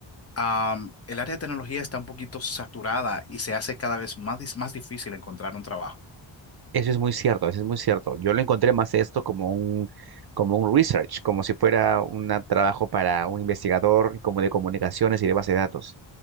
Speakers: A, on the left; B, on the right.
A: am, el área de tecnología está un poquito saturada y se hace cada vez más, dis- más difícil encontrar un trabajo.
B: Eso es muy cierto, eso es muy cierto. Yo lo encontré más esto como un, como un research, como si fuera un trabajo para un investigador como de comunicaciones y de base de datos.